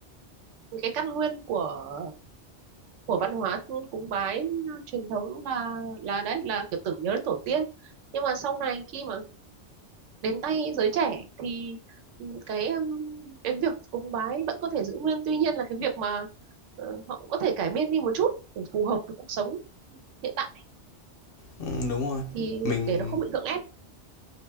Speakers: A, on the right; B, on the left.
A: cái căn nguyên của của văn hóa cúng bái truyền thống là là đấy là kiểu tưởng nhớ đến tổ tiên nhưng mà sau này khi mà đến tay giới trẻ thì ừ, cái ừm, cái việc cúng bái vẫn có thể giữ nguyên tuy nhiên là cái việc mà ờ, họ cũng có thể cải biên đi một chút để phù hợp với cuộc sống hiện tại
B: Ừm, đúng rồi.
A: thì
B: Mình
A: để nó không bị gượng ép